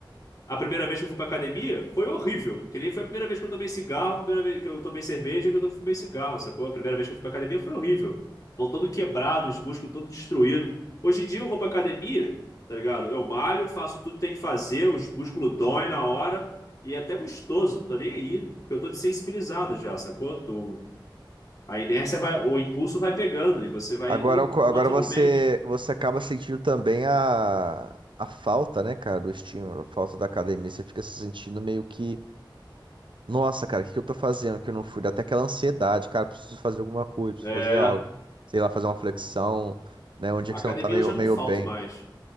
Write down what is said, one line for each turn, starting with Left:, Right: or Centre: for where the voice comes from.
Left: A primeira vez que eu fui pra academia foi horrível. Que nem foi a primeira vez que eu tomei cigarro, a primeira vez que eu tomei cerveja, que eu fumei cigarro, sacou? A primeira vez que eu fui pra academia foi horrível. Tô todo quebrado, os músculos todo destruído. Hoje em dia eu vou pra academia, tá ligado? Eu malho, faço tudo que tem que fazer, os músculos doem na hora e é até gostoso, não tô nem aí, porque eu tô desensibilizado já, sacou? Tô... A inércia vai, o impulso vai pegando e você vai
Right: Agora,
Left: indo
Right: o co- agora
Left: naturalmente.
Right: você, você acaba sentindo também a, a falta, né, cara, do estímulo, a falta da academia. Você fica se sentindo meio que, nossa, cara, o que que eu tô fazendo que eu não fui? Dá até aquela ansiedade, cara, preciso fazer alguma coisa, preciso
Left: É,
Right: fazer algo. Sei lá, fazer uma flexão, né, um dia
Left: academia
Right: que você não tá meio,
Left: eu já
Right: meio
Left: não falto
Right: bem.
Left: mais.